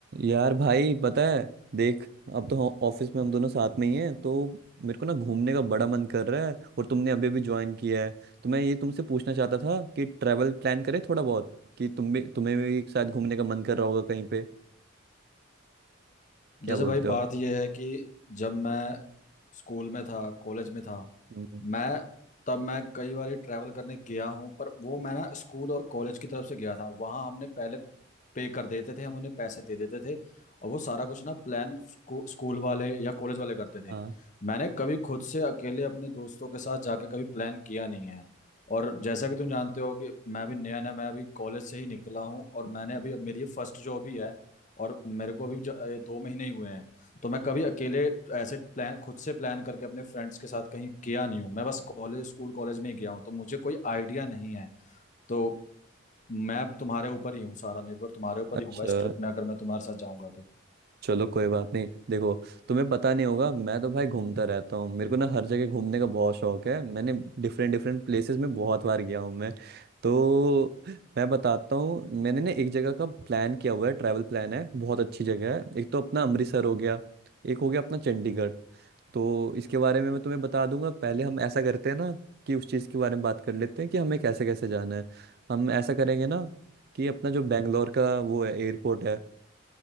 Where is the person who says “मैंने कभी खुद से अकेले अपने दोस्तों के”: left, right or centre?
Left